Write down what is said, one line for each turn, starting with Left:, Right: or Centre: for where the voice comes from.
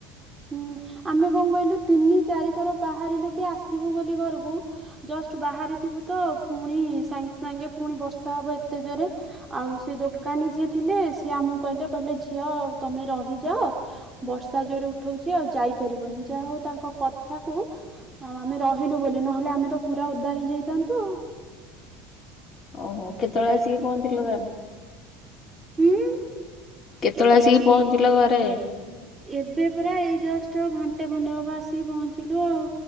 Right: ହୁଁ ଆମେ କ'ଣ କହିଲୁ ତିନି ଚାରି ଥର ବାହାରିଲୁ କି ଆସିବୁ ବୋଲି ଘରକୁ ଜଷ୍ଟ ବାହାରିଥିବୁ ତ ପୁଣି ସାଙ୍ଗେ ସାଙ୍ଗେ ପୁଣି ବର୍ଷା ହବ ଏତେ ଜୋରେ। ଆଉ ସେ ଦୋକାନୀ ଯିଏ ଥିଲେ ସିଏ ଆମକୁ କହିଲେ କହିଲେ ଝିଅ ଆଉ ତମେ ରହିଯାଅ ବର୍ଷା ଜୋରେ ଉଠଉଛି ଆଉ ଯାଇପାରିବନି ଯାହା ହଉ ତାଙ୍କ କଥା ଆଉ ଆମେ ରହିଲୁ ବୋଲି ନହେଲେ ଆମେ ତ ପୁରା ଉଦା ହେଇଯାଇଥାନ୍ତୁ ଆଉ।
Left: ଓହୋ କେତେବେଳେ ଆସିକି ପହଞ୍ଚିଲେ ତାହେଲେ।
Right: ହୁଁ
Left: କେତେବେଳେ ଆସିକି ପହଞ୍ଚିଲା ଘରେ?
Right: ଏବେ ପୁରରା ଏଇ ଜଷ୍ଟ ଘଣ୍ଟେ ଘଟେ ହବା ଆସିକି ପହଞ୍ଚିଲୁ ଆଉ।